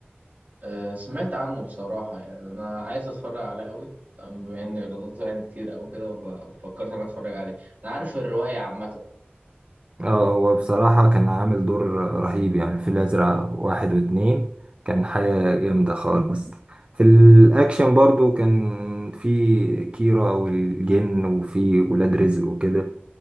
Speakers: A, on the right; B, on the right.
A: آه، سمعت عنه بصراحة يعني أنا عايز أتفرج عليه أوي أم- بما إن إيراداته يعني كتير أوي كده وب- فكرت إن أنا أتفرج عليه أنا عارف الرواية عامة
B: اه هو بصراحة كان عامل دور رهيب يعني في الأزرق واحد واتنين كان حاجة جامدة خالص في الأكشن برضو كان في كيرا والجن وفي ولاد رزق وكده